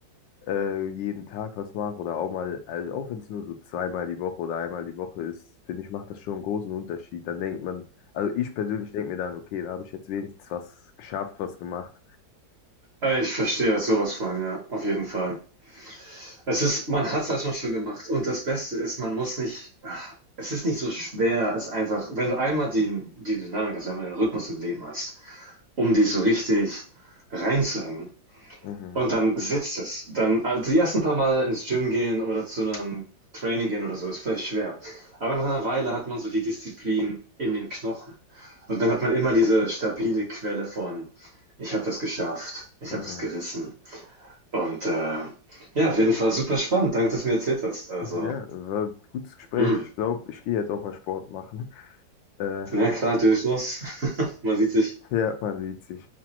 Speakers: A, on the left; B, on the right.
A: äh, äh, jeden Tag was mache oder auch mal, also auch wenn es nur so zweimal die Woche oder einmal die Woche ist, finde ich, macht das schon einen großen Unterschied. Dann denkt man, also ich persönlich denke mir dann, okay, da habe ich jetzt wenigstens was geschafft, was gemacht.
B: äh, ich verstehe das sowas von, ja, auf jeden Fall. Es ist, man hat es erstmal schon gemacht und das Beste ist, man muss nicht, ach, es ist nicht so schwer, es einfach, wenn du einmal die, die Dynamik hast, einmal den Rhythmus im Leben hast, um dich so richtig reinzuhängen
A: Mhm,
B: und dann sitzt es. Dann, also die ersten paar Mal ins Gym gehen oder zu einem Training gehen oder so, ist vielleicht schwer. Aber nach einer Weile hat man so die Disziplin in den Knochen. Und dann hat man immer diese stabile Quelle von, ich habe das geschafft, ich
A: mhm.
B: habe das gerissen. Und äh, ja, auf jeden Fall super spannend. Danke, dass du mir erzählt hast. Also,
A: Ja, war ein gutes Gespräch.
B: mh,
A: Ich glaube, ich gehe jetzt auch mal Sport machen. Äh,
B: na klar, durchs Los. <laughs> Man sieht sich.
A: ja, man sieht sich.